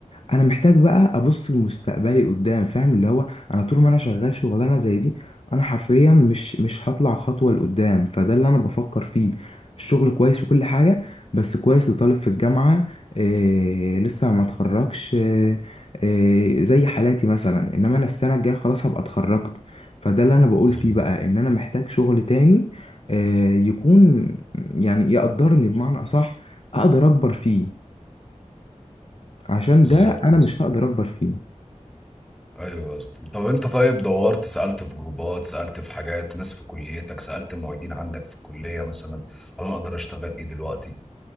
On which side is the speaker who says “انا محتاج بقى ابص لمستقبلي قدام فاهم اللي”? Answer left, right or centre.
Left